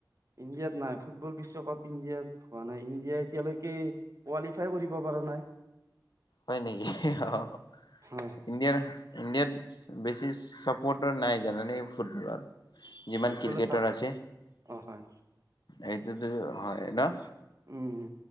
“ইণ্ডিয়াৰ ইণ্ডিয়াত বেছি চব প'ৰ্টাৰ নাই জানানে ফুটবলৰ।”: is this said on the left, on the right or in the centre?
Left